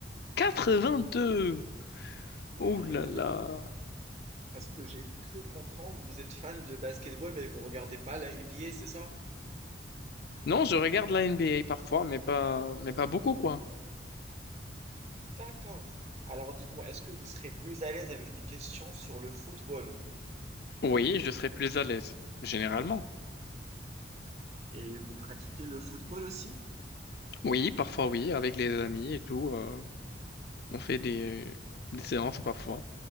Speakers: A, on the left; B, on the right.
A: 82. Oh
B: Eh
A: là
B: oui,
A: là.
B: à ce que j'ai cru comprendre, vous êtes fan de basketball, mais vous regardez pas la NBA, c'est ça?
A: Non, je regarde la NBA parfois, mais pas, mais pas beaucoup, quoi.
B: D'accord. Alors dites-moi, est-ce que vous serez plus à l'aise avec des questions sur le football?
A: Oui, je serais plus à l'aise, généralement.
B: Et vous pratiquez le football aussi?
A: Oui, parfois oui, avec les amis et tout. euh, on fait des, des séances parfois,